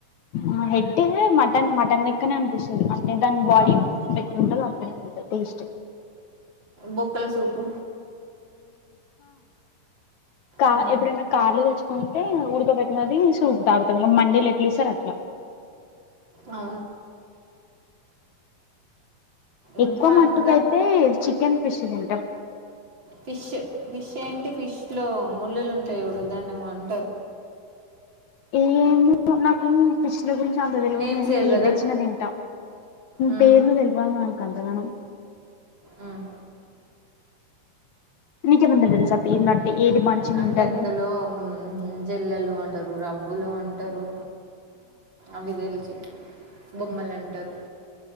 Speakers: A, on the left; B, on the right.
A: అ హెడ్ మటన్ మటన్ లెక్కనే అనిపిస్తది అంటే దాని బాడీ
B: అవును
A: ఎట్లుంటదో బాగుంట టేస్ట్
B: బొక్కల సూపు
A: కా
B: ఆ,
A: ఎప్పుడైన్న కార్లో తెచ్ అంటే ఉడకబెట్టినది సూప్ తాగుతం మండీలు ఎట్ల ఇస్తారో అట్లా
B: ఆ ఇంకా
A: ఎక్కువ మట్టుకైతే
B: ఇంకా
A: చికెన్ ఫిష్ తింటం
B: ఫిష్ ఫిష్ ఏంటి ఫిష్ లో ముళ్ళలు ఉంటాయి చూడు దన్నేమో అన్
A: ఏమో నాకు ఫిష్ గురించి అంత తెలువదు
B: నేమ్స్
A: గాని
B: తెల్వదా
A: ఏదెచ్చిన
B: కదా
A: తింటా
B: ఉమ్,
A: పేర్లు తెలిపాను గంతగనం
B: ఉమ్.
A: నీకేమన తెల్సా పేర్లు ఏది మంచిగుంటది
B: అంటే ఇందులో జల్లలు అంటారు రబ్బులు అంటారు అవి తెలిచి బొమ్మలాంటారు